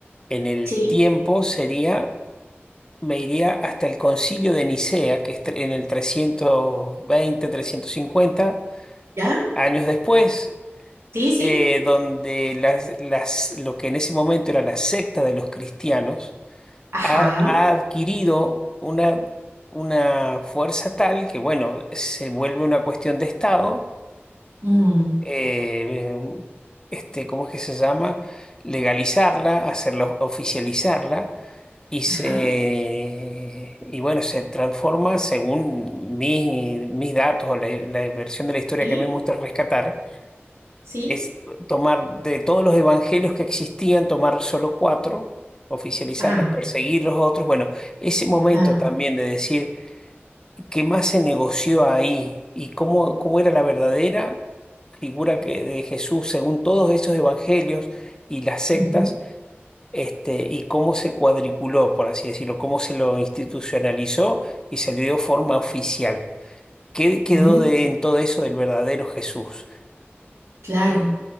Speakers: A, on the left; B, on the right.
A: en el
B: sí,
A: tiempo, sería, me iría hasta el Concilio de Nicea, que es tre- en el trescientos veinte trescientos cincuenta
B: ya,
A: años después,
B: sí, sí,
A: eh, donde las- las- lo que en ese momento era la secta de los cristianos
B: ajá,
A: ha, ha adquirido una, una fuerza tal que, bueno, se vuelve una cuestión de Estado,
B: mm,
A: eh, este, ¿cómo es que se llama? Legalizarla, hacerlo, oficializarla. Y se,
B: ajá,
A: y bueno, se transforma según mis, mis datos o la la versión de la historia
B: sí,
A: que a mí me gusta rescatar,
B: sí,
A: es tomar de todos los evangelios que existían, tomar solo cuatro, oficializarlos,
B: ah,
A: perseguir los otros. Bueno, ese momento
B: ah,
A: también de decir qué más se negoció ahí y cómo, cómo era la verdadera figura que, de Jesús según todos esos evangelios y las sectas.
B: ujú,
A: Este, y cómo se cuadriculó, por así decirlo, cómo se lo institucionalizó y se le dio forma oficial. ¿Qué quedó
B: mm,
A: de, en todo eso del verdadero Jesús?
B: claro.